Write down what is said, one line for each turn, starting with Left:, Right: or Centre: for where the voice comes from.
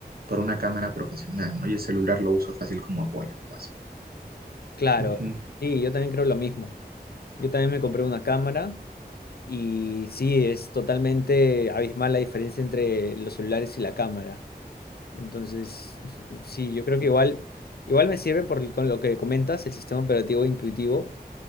Right: por una cámara profesional, ¿no? Y el celular lo uso fácil como apoyo nomás.
Left: claro.
Right: Ujú,
Left: Sí, yo también creo lo mismo. Yo también me compré una cámara y sí, es totalmente abismal la diferencia entre los celulares y la cámara. Entonces, <laughs> sí, yo creo que igual, igual me sirve por, el- con lo que comentas, el sistema operativo intuitivo,